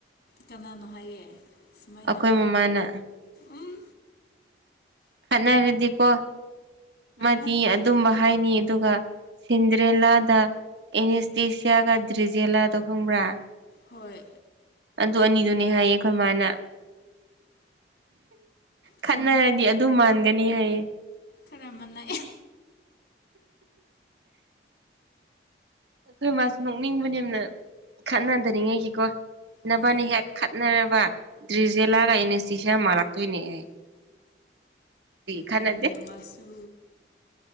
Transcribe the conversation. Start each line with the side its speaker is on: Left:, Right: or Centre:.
Left: ꯀꯅꯥꯅꯣ ꯍꯥꯏꯌꯦ ꯁꯨꯃꯥꯏꯅ
Right: ꯑꯩꯈꯣꯏ ꯃꯃꯥꯅ
Left: ꯎꯝ
Right: ꯈꯠꯅꯔꯗꯤꯀꯣ ꯃꯥꯗꯤ
Left: ꯅꯠꯇꯦ
Right: ꯑꯗꯨꯝꯕ ꯍꯥꯏꯅꯤ ꯑꯗꯨꯒ ꯁꯤꯟꯗ꯭ꯔꯦꯂꯥꯗ ꯑꯦꯅꯤꯁꯇꯦꯁꯤꯌꯥꯒ ꯗ꯭ꯔꯤꯖꯦꯂꯥꯗ ꯈꯪꯕ꯭ꯔꯥ
Left: ꯍꯣꯏ
Right: ꯑꯗꯨ ꯑꯅꯤꯗꯨꯅꯤ ꯍꯥꯏꯌꯦ ꯑꯩꯈꯣꯏ ꯃꯥꯅ ꯈꯠꯅꯔꯗꯤ
Left: ꯆꯨꯝꯃꯦ
Right: ꯑꯗꯨ ꯑꯗꯨꯝ ꯃꯥꯟꯒꯅꯤ ꯍꯥꯏꯌꯦ
Left: ꯈꯔꯝꯃꯅ
Right: ꯑꯩꯈꯣꯏ ꯃꯥꯁꯦ ꯅꯣꯛꯅꯤꯡꯕꯅꯦꯅ ꯈꯠꯅ ꯍꯟꯗꯅꯤꯡꯉꯥꯏꯒꯤꯀꯣ ꯅꯚꯅꯤ
Left: ꯍꯣꯏ
Right: ꯍꯦꯛ ꯈꯠꯅꯅꯕ ꯗ꯭ꯔꯤꯖꯦꯂꯥꯒ ꯏꯅꯤꯁꯇꯁꯤꯌꯥ ꯃꯥꯜꯂꯛꯇꯣꯏꯅꯦ ꯍꯥꯏ ꯈꯅꯗꯦ
Left: ꯅꯪꯒꯤ ꯃꯃꯥꯁꯨ